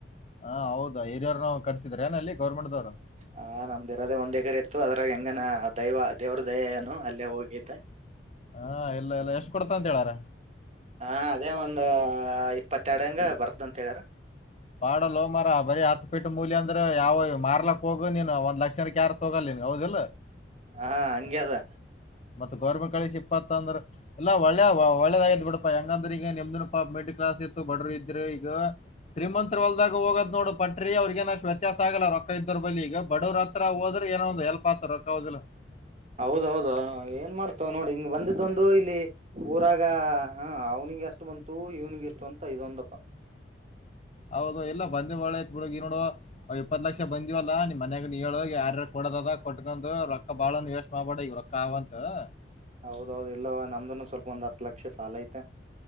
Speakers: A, on the left; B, on the right.
A: ಹಾ ಹೌದ ಹಿರಿಯರನ ಕರ್ಸಿದ್ರೇನ ಅಲ್ಲಿ ಗೌರ್ಮೆಂಟ್ದವ್ರು.
B: ಹ ನಮ್ದ ಇರೋದೇ ಒಂದ್ ಏಕರ್ ಇತ್ತು ಅದ್ರಾಗ ಹೆಂಗನ ದೈವ ದೇವ್ರ್ ದಯೆ ಏನೋ ಅಲ್ಲೇ ಹೋಗಿದ್ದೆ.
A: ಹಾ ಇಲ್ಲ ಇಲ್ಲ ಎಷ್ಟು ಕೊಡ್ತ ಅಂತ ಹೇಳಾರ.
B: ಹಾ ಅದೇ ಒಂದ ಇಪ್ಪತ್ತೆರಡಂಗ ಬರ್ದಂತ ಹೇಳ್ಯಾರ.
A: ಬಾಡಲ್ಲೋ ಮರ್ಯ ಬರಿ ಹತ್ ಪೀಟ್ ಮೂಲಿ ಅಂದ್ರ ಯಾವ ಮಾರ್ಲಕ್ ಹೋಗು ನೀನ್ ಒಂದ್ ಲಕ್ಷಕ್ ಯಾರ್ ಕ್ಕೋಗಲ್ಲ ನಿನಗ ಹೌದಿಲ್ಲ.
B: ಹಾ ಹಂಗೆ ಅದಾ.
A: ಮತ್ತ ಗೌರ್ಮೆಂಟ್ ಕಳಿಸಿ ಇಪ್ಪತ್ತ ಅಂದ್ರ ಎಲ್ಲಾ ಒಳ್ಳೆ ಒಳ್ಳೆದಾಗೈತೆ ಬಿಡು. ಪಾ ಹೆಂಗಂದ್ರೆ ಈಗ ನಮ್ದನಪಾ ಮಿಡ್ಲ್ ಕ್ಲಾಸ್ ಇತ್ತು ಬಡ್ರರು ಇದ್ರೆ ಈಗ ಶ್ರೀಮಂತ್ ಹೊಲ್ದಾಗ ಹೋಗದ್ ನೋಡು ಪಟ್ರಿ ಅವ್ರಿಗೇನಷ್ಟ್ ವ್ಯತ್ಯಾಸ ಆಗಲ್ಲ ರೊಕ್ಕ ಇದೋರ್ ಬಳಿ ಈಗ ಬಡವರ ಹತ್ರ ಹೋದ್ರೆ ಏನೋ ಒಂದು ಹೆಲ್ಪಾತದ್ ರೊಕ್ಕ ಹೋಗಲ್ಲ.
B: ಹೌದೌದು ಏನ್ ಮಾಡ್ತಾವ ನೋಡ್ ಹಿಂಗ್ ಬಂದಿದ್ದಂದು ಇಲ್ಲಿ. ಊರಾಗ ಹಾ ಅವ್ನಿಗೆ ಅಷ್ಟು ಬಂತು ಇವ್ನಿಗೆ ಇಷ್ಟು ಅಂತ ಇದೊಂದಪ್ಪ.
A: ಹೌದು ಇಲ್ಲ ಬಂದಿದ್ ಒಳತ್ ಬಿಡು ನೋಡು ಆ ಇಪ್ಪತ್ ಲಕ್ಷ ಬಂದಿವಲ್ಲಾ ನಿಮ್ಮನೆಗೆ ನೀ ಹೇಳ ಯಾರ್ಯಾರ್ಗ್ ಕೊಡೋದದ ಕೊಟ್ಕೊಂಡು ರೊಕ್ಕ ಬಾಳನೂ ವೇಷ್ಟ್ ಮಾಡ್ಬೇಡ ಈಗ. <unintelligible>
B: ಹೌದೌದು ಇಲ್ಲೋ ನಮ್ದುನು ಸ್ವಲ್ಪ ಒಂದ್ ಹತ್ ಲಕ್ಷ ಸಾಲ ಐತೆ.